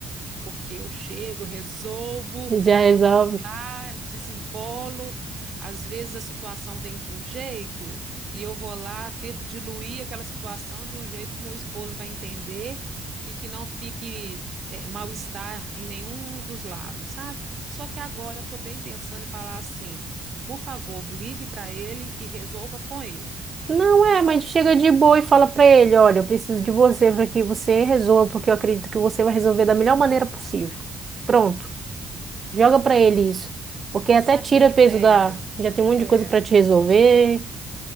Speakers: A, on the right; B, on the right.
A: porque eu chego, resolvo,
B: já resolve.
A: eu vou lá, desembolo. Às vezes a situação vem de um jeito e eu vou lá, tento diluir aquela situação de um jeito que meu esposo vai entender e que não fique eh, mal-estar em nenhum dos lados, sabe? Só que agora eu estou bem pensando em falar assim, por favor, ligue para ele e resolva com ele.
B: Não é, mas
A: Por
B: chega de boa e fala pra ele, olha, eu preciso de você para que você resolva, porque eu acredito que você vai resolver da melhor maneira possível. Pronto.
A: quê?
B: Joga pra ele isso. Porque
A: E
B: até
A: sabe
B: tira
A: o que que
B: peso
A: pega?
B: da, já tem um monte
A: É,
B: de coisa pra te resolver.